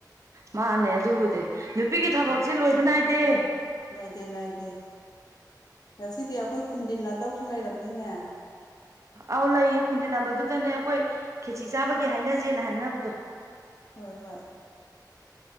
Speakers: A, on the right; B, on the left.
A: ꯃꯥꯅꯦ ꯑꯗꯨꯕꯨꯗꯤ ꯅꯨꯄꯤꯒꯤ ꯊꯕꯛꯁꯤ
B: ꯎꯝ
A: ꯂꯣꯏꯕ ꯅꯥꯏꯗꯦ
B: ꯅꯥꯏꯗꯦ ꯅꯥꯏꯗꯦ ꯉꯁꯤꯗꯤ ꯑꯩꯈꯣꯏ ꯈꯨꯟꯗꯤꯟꯅꯗꯧꯁꯨ ꯂꯩꯔꯝꯅꯤ ꯏꯟꯅ
A: ꯑꯥꯎ ꯂꯩꯌꯦ ꯈꯨꯟꯖꯤꯟꯅꯕꯗꯨꯗꯅꯦ ꯑꯩꯈꯣꯏ ꯈꯦꯆꯤ ꯆꯥꯕꯒꯤ ꯍꯥꯏꯅꯖꯦꯅ ꯍꯥꯏꯅꯕꯗꯣ
B: ꯍꯣꯏ ꯍꯣꯏ